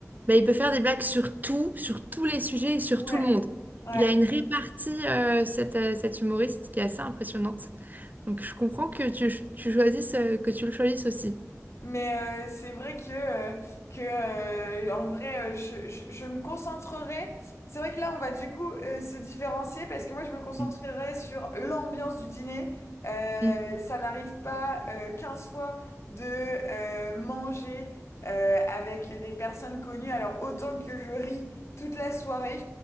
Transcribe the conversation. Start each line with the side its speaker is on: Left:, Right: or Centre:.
Right: Bah, il peut faire des blagues sur tout, sur tous les sujets, et sur
Left: Ouais.
Right: tout le monde.
Left: Ouais.
Right: Il a une répartie, euh, cet, euh, cet humoriste, qui est assez impressionnante. Donc, je comprends que tu, tu choisisses, euh, que tu le choisisses aussi.
Left: Mais euh, c'est vrai que, euh, que euh, en vrai, euh, je, je, je me concentrerai. C'est vrai que là, on va du coup euh, se différencier parce que moi, je me concentrerai
Right: Mm.
Left: sur l'ambiance du dîner. Euh,
Right: Mm.
Left: ça n'arrive pas euh, 15 fois de euh, manger euh, avec des personnes connues. Alors, autant que je ris toute la soirée,